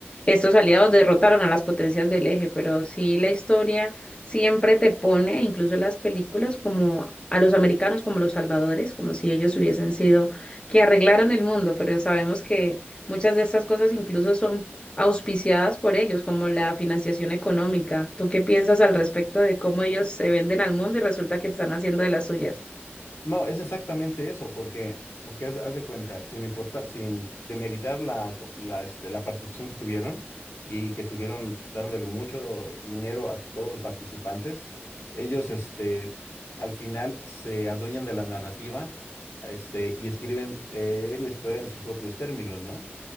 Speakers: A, on the left (about 25°); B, on the left (about 80°).
A: estos aliados derrotaron a las potencias del eje, pero sí la historia siempre te pone, incluso en las películas, como a los americanos, como los salvadores, como si ellos hubiesen sido que arreglaron el mundo, pero sabemos que muchas de estas cosas incluso son auspiciadas por ellos, como la financiación económica. ¿Tú qué piensas al respecto de cómo ellos se venden al mundo y resulta que están haciendo de las suyas?
B: No, es exactamente eso, porque, porque haz, haz de cuenta, sin importar, sin demeritar la, co- la, este, la participación que tuvieron y que estuvieron dándole mucho dinero a todos los participantes, ellos, este, al final se adueñan de la narrativa, este, y escriben eh, la historia en sus propios términos, ¿no?